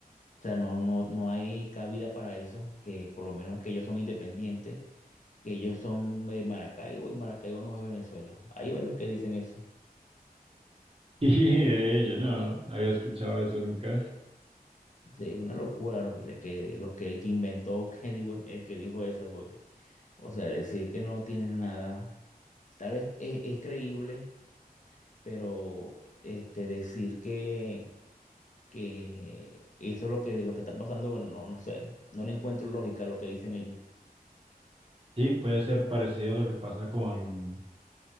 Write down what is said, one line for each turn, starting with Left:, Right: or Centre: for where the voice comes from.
Left: o sea, no, no, no hay cabida para eso, que por lo menos que ellos son independientes, que ellos son de Maracaibo y Maracaibo no es Venezuela. Hay varios que dicen eso.
Right: <laughs> y de ello no había escuchado eso nunca.
Left: Sí, es una locura lo que, que- lo que el que inventó, <laughs> que digo, el que dijo eso, porque, o sea, decir que no tienen nada. Tal vez es, es creíble, pero este, decir que, que eso es lo que, lo que está pasando, bueno, no, no sé, no le encuentro lógica a lo que dicen ellos.
Right: Sí, puede ser parecido a lo que pasa con,